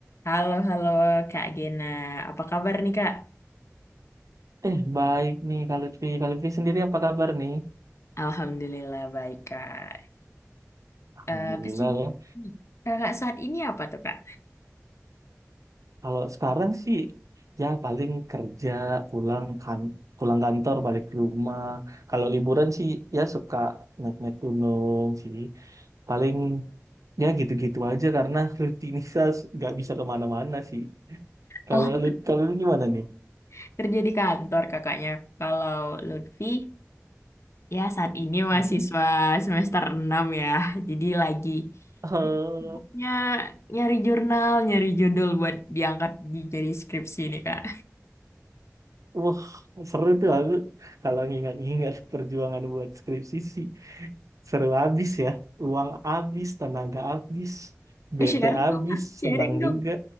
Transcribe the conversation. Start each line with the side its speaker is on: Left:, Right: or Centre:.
Left: Halo, halo Kak Gena. Apa kabar nih Kak?
Right: Eh, baik nih kalau Lutfi. Kalau Lutfi sendiri apa kabar nih?
Left: Alhamdulillah baik Kak.
Right: Alhamdulillah
Left: Eh, kesibukan
Right: ya.
Left: Kakak saat ini apa tuh Kak?
Right: Kalau sekarang sih ya paling kerja, pulang kan pulang kantor, balik ke rumah. Kalau liburan sih ya suka naik-naik gunung sih. Paling ya gitu-gitu aja karena <laughs> rutinitas nggak bisa kemana-mana sih. Kalau
Left: Oh,
Right: lu- kalau lu gimana nih?
Left: <laughs> kerja di kantor kakaknya. Kalau Lutfi, ya saat ini mahasiswa
Right: Mm-mm.
Left: semester 6 ya. Jadi lagi
Right: Eh,
Left: sibuknya nyari jurnal, nyari judul buat diangkat di jadi skripsi nih Kak.
Right: wah, seru tuh aku kalau ngingat-ngingat perjuangan buat skripsi sih Seru abis ya. Uang abis, tenaga abis, BT
Left: Eh, sharing
Right: abis,
Left: dong Kak,
Right: senang
Left: sharing dong.
Right: juga.